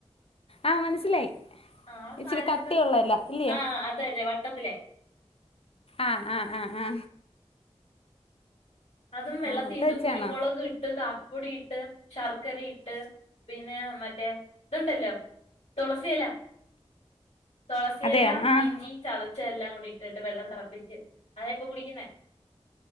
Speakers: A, on the left; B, on the left.
A: ആഹ് മനസ്സിലായി
B: ആ
A: ഇച്ചിരി
B: സാധനമൊക്കെ
A: കട്ടിയള്ളല്ല ഇല്ലയേ
B: ആഹ് അത് തന്നെ വട്ടത്തിലെ
A: ആഹ് ആഹ് ആഹ് ആഹ
B: അതും വെള്ളത്തി
A: ആഹ് അത്
B: ഇട്ട്
A: വെച്ചാണോ
B: കുരുമുളക് ഇട്ട് കാ പ്പിപ്പൊടി ഇട്ട് ശർക്കര ഇട്ട് പിന്നെ മറ്റേ ഇതുണ്ടല്ലോ തുളസില തുളസില
A: അതെയോ ആഹ്
B: ഇഞ്ചി ചതച്ച എല്ലാം കൂടി ഇട്ടിട്ട് വെള്ളം തിളപ്പിച്ച് അതാ ഇപ്പൊ കുടിക്കുന്നേ